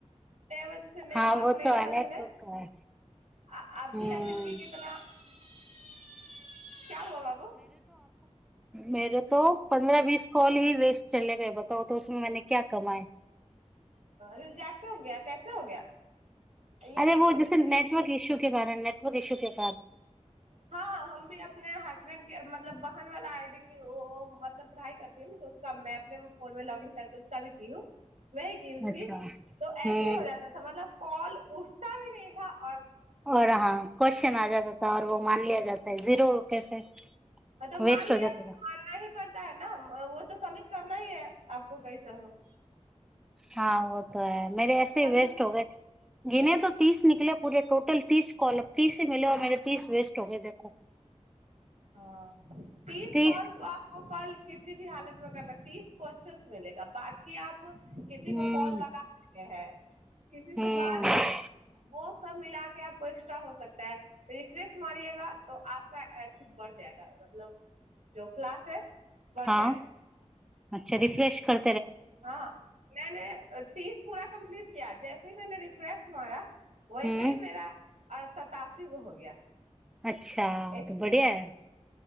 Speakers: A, on the right; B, in the centre.
A: ताहि वजह से नेटवर्क
B: हाँ वो
A: नहि
B: तो
A: रहल
B: है नेटवर्क
A: छलै
B: का है
A: आ आब
B: हम्म
A: भी हथि क कितना क्या हुआ बाबू
B: मेरो तो पन्द्रह बीस कॉल ही वेस्ट चले गए बताउ तऽ उसमे मैने क्या कमाए
A: रिजेक्ट हो गया कैसा हो गया ये
B: अरे
A: लिखो
B: वो
A: इसमें
B: जैसे नेटवर्क इश्यू के कारण नेट <unintelligible>
A: हँ हम भी अपने हसबैंड मतलब बहन वाला आइ डी ओ मतलब पढ़ाइ करतै न त उसक मैप अपने फोनमे लॉग इन करके उसका भी की व कीथी
B: अच्छा
A: त
B: हम्म
A: ऐसे हो जाताथ मतलब कॉल उठता भी नहि ा आओर
B: आओर हाँ क्वेश्चन आ जाता र वो मान लिया जाता है जीरो रुपए से
A: तो
B: वेस्ट
A: मान लिअ
B: हो जाता
A: मानना
B: था
A: ही पड़ता है न तऽ सम्मिट करना ही है आपको कैसा हो
B: हँ व तो ह मेर ऐसे
A: सबमिट
B: वेस्ट हो गए गिनेो तीस निकले पूे टोटल तीस कॉल तीस से मिलेऔ मेे तीस वेस्ट होगे देखो
A: ह पीस
B: तीस
A: कॉल तपको कॉल किसी भ हालत मे करना तीस क्वस््चनस मिलेग बाकी आप किसी
B: हम्म
A: को कॉल लगा देे है किसी से
B: हम्म
A: बात बहुत सब मिला के आपको एक्स्ट्रा हो सकता है रिफ्रेश मारियएगा त आप अथि बढ़ जाएगा मतलब जो क्लास है बढ़
B: हँ अच्छा रिफ्रेश कर
A: हँ नए नए तीस पूरा कम्प्लीट किया जैसेी मैने रिफ्रेश मारा वैसे
B: हम्म
A: ही मेरा आ सतासी गो हो गया
B: अच्छा
A: एट्टी
B: तऽ बढ़िया
A: सेवन
B: है